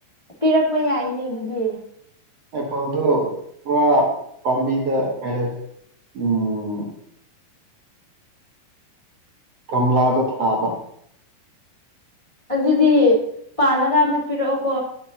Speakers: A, on the left; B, on the right.
A: ꯄꯤꯔꯛꯄ ꯌꯥꯏꯅꯦ ꯑꯗꯨꯗꯤ
B: ꯑꯦꯄꯜꯗꯨ ꯄꯨꯔꯥ ꯄꯥꯝꯕꯤꯗ ꯀ ꯩ ꯎꯝ ꯒꯝꯂꯥꯗꯣ ꯊꯥꯕ
A: ꯑꯗꯨꯗꯤ ꯄꯥꯜꯂꯀꯥꯟꯗ ꯄꯤꯔꯛꯑꯣꯀꯣ